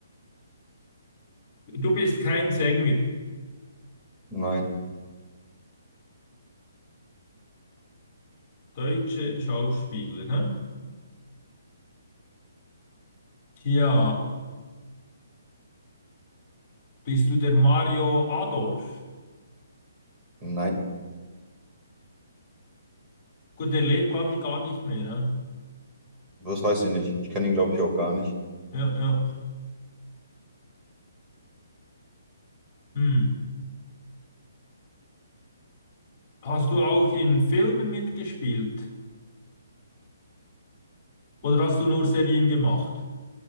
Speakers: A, on the left; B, on the right.
A: Du bist kein Sänger.
B: nein,
A: Deutsche Schauspieler, ne? Tja, bist du der Mario Adorf?
B: nein.
A: Gut, der lebt, glaube ich, gar nicht mehr, ne?
B: Das weiß ich nicht. Ich kenne ihn, glaube ich, auch gar nicht.
A: Ja, ja. Hm. Hast du auch in Filmen mitgespielt? Oder hast du nur Serien gemacht?